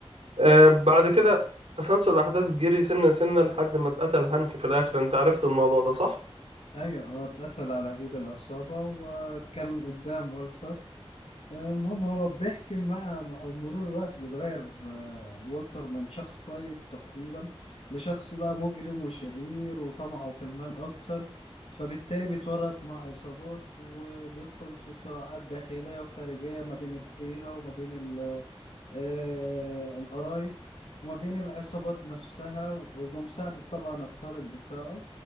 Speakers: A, on the right; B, on the left.
A: آه بعد كده تسلسل الاحداث جري سنه سنه لحد ما اتقتل هانك في الاخر انت عرفت الموضوع ده صح
B: ايوه هو اتقتل على ايد العصابه وكان قدام والتر المهم هو بيحكي مع مع مرور الوقت بيتغير آه، والتر من شخص طيب تقريبا لشخص بقى مجرم وشرير وطمعه في المال أكتر فبالتالي بيتورط مع عصابات وبيدخل في صراعات داخلية وخارجية ما بين العيلة وما بين ال- آه، القرايب وما بين العصابات نفسها وبمساعدة طبعا الطالب بتاعه